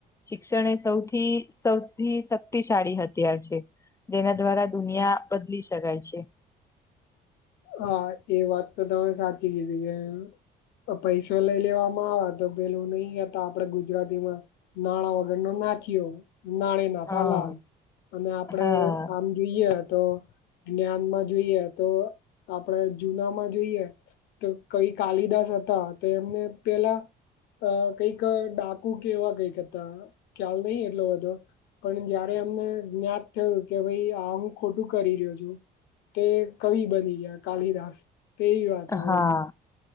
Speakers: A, on the left (about 15°); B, on the left (about 85°).
A: શિક્ષણ એ સૌથી સૌથી શક્તિશાળી અત્યાર છે તેના દ્વારા દુનિયા બદલી શકાય છે
B: હા એ વાત તો તમે સાચી કીધી છે એમ પૈસો લઈ લેવામાં આવે તો પેલું નહી ગતા આપડે ગુજરાતીમાં નાણાં વગરનોો નાખ્યો નાણી ના
A: હા
B: તલાલ અને આપડે
A: હા
B: આમ જોઈએ તો જ્ઞાનમાં જોઈએ તો આપણે જુનામાં જોઈએ તો કઈ કાલિદાસ હતા તો એમને પેલા અ કઈક ડાકુ કેવા કઈક હતા ખ્યાલ નહીિ એટલો બધો પણ જયારે અમને જ્ઞાત થયું કે ભાઈ આ હું ખોટું કરી રહ્યો છું. તે કવિ બની ગયા કાલિદાસ તેવી વાત આ
A: હા
B: બધી